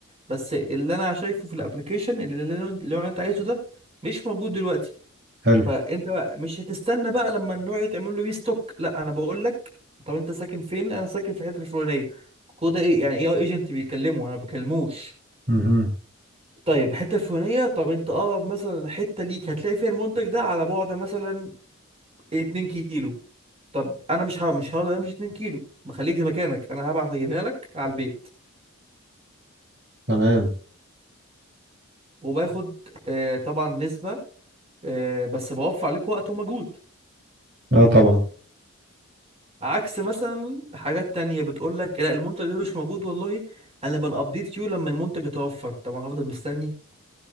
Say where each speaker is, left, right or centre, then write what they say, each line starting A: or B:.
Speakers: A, on the right; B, on the right.
A: بس اللي انا شايفه في الابلكيشن اللي اللي اللي انت عايزه ده مش موجود دلوقتي
B: حلو
A: فانت بقى مش هتستنى بقى لما النوع يتعمل له ريستوك لا انا بقول لك طب انت ساكن فين انا ساكن في الحته الفلانيه كود ايه يعني اي ايجنت بيكلمه انا ما بكلموش
B: امم
A: طيب الحته الفلانيه طب انت اقرب مثلا حته ليك هتلاقي فيها المنتج ده على بعد مثلا 2 كيلو طب انا مش ه... مش هقدر امشي 2 كيلو بخليك زي مكانك انا هبعت اجيبها لك على البيت
B: تمام
A: وباخد آه طبعا نسبه آه بس بوفر عليك وقت ومجهود
B: اه طبعا
A: عكس مثلا حاجات تانية بتقول لك لا المنتج ده مش موجود والله هنبقى نابديت يو لما المنتج يتوفر طبعا هفضل مستني